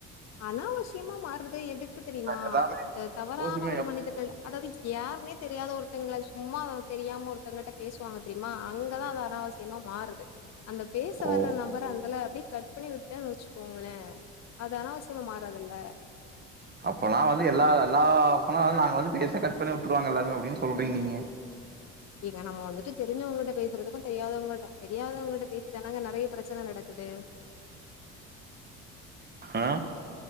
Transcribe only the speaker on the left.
அனாவிசியமா மாறுறது எதுக்கு தெரியுமா
இந்த தவறான
ஒரு மனிதர்கள் அதாவது யாருனே தெரியாத ஒருத்தங்கள சும்மா தெரியாம ஒருத்தங்கிட்ட பேசுவாங்க தெரியுமா அங்கதா அது அனாவசியமா மாறுது அந்த பேச
வர நம்பர அந்தால அப்டியே கட் பண்ணி விட்டேன்னு வெச்சுக்கோங்களே அது அனாவசி மாறதுல்ல
இல்லங்க நம்ம வந்துட்டு தெரிஞ்சவங்கிட்ட பேசுறதுக்கு தெரியாதவங்கிட்ட தெரியாதவங்கட்ட பேசிதானங்க நெறைய பிரச் ச்சன நடக்குது